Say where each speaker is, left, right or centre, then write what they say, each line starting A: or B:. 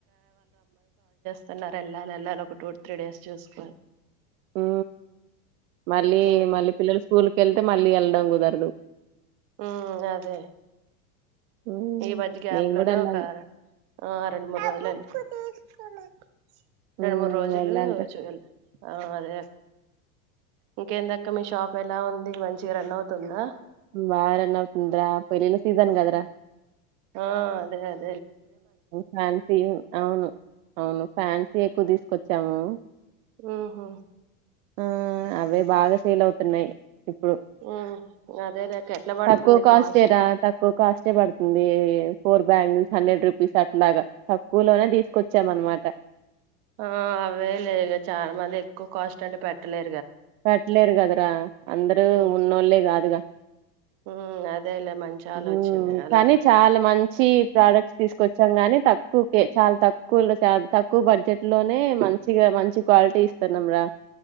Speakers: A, on the right (about 45°); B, on the right (about 65°).
A: స్తున్నారు వెళ్ళాలి వెళ్లాలి ఒక టూ త్రీ డేస్ చూసుకోని
B: ఉ మళ్ళీ
A: ఉమ్
B: మళ్ళీ పిల్లలు స్కూల్ క వెళ్తే మళ్ళీ వెళ్ళడం కుదరదు
A: ఉ అదే
B: ఉమ్
A: ఈ మధ్య గ్యాప్
B: మేము
A: లోనే
B: కూడా వెళ్ళాలి
A: ఒక ఆ రెండు మూడు రోజులు <inaudible> రెండు
B: ఉమ్
A: మూడు రోజులు
B: వెళ్ళాలిరా
A: చూయాలి అదే ఇంకేందక మీ షాప్ ఎలా ఉంది మంచిగా రన్ అవుతుందా
B: బారన్ అవతుందరా పెళ్ళిళ్ళ సీజన్ కదరా
A: ఆ అదే అదే
B: ఫ్యాన్సీ అవును అవును ఫ్యాన్సీ ఎక్కువ తీసుకు వచ్చాము
A: ఉహు
B: ఆ అవే బాగా ఫీల్ అవుతున్నాయి ఇప్పుడు
A: ఉమ్ అదేలేక్క ఎట్లా పడుతుంది
B: తక్కువ కాస్టేరా
A: కాస్ట్
B: తక్కువ కాస్టే పడుతుంది ఫోర్ బ్యాంగిల్స్ హండ్రండ్ రూపిస్ అట్లాగా తక్కువలోనే తీసుకొచ్చాం అన్నమాట త
A: ఆ అవే లేదు చాలా మంది ఎక్కువ కాస్ట్ అంటే పెట్టలే
B: పెట్లేరు కదరా అందరు
A: ఉమ్
B: ఉన్నోల్లే కాదుగా.
A: ఉమ్ అదేలే మంచి ఆలోచనే
B: మ్మ్
A: అలా
B: కానీ చాలా మంచి ప్రొడక్ట్స్ తీసుకొచ్చాం గానీ తక్కు కే చాలా తక్కువ లో చాల తక్కువ బడ్జెట్ లోనే మంచిగా మంచి క్వాలిటీ ఇస్తున్నం రా